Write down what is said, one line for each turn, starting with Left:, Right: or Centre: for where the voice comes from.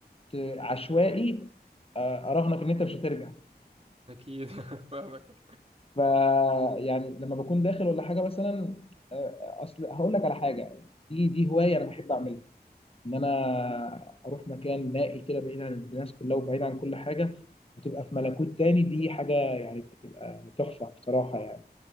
Left: ت- عشوائي آه، اراهنك ان انت مش هترجع
Right: اكيد <laughs> فاهمك
Left: ف يعني لما بكون داخل ولا حاجه مثلا آه، اصل هقول لك على حاجه دي دي هوايه انا بحب اعملها ان انا اروح مكان نائي كده بعيد عن الناس كلها وبعيد عن كل حاجه وتبقى في ملكوت تاني دي حاجه يعني بتبقى تحفه بصراحه يعني